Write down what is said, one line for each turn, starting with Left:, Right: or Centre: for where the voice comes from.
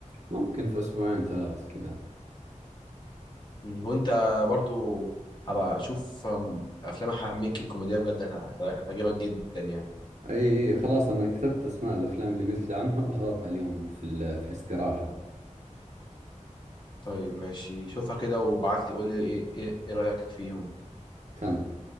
Right: ممكن في اسبوعين ثلاث كذا
Left: مم. وانت برضو هبقى اشوف آم، افلام حميكي كوميديا بجد هت- هتعجبك جدا يعني
Right: اي إي، خلاص انا كتبت اسماء الافلام اللي قلت لي عنها بحضرها اليوم في ال- في الاستراحة
Left: طيب ماشي شوفها كده وبعت لي قول لي ايه ايه إيه رأيك فيهم
Right: تمام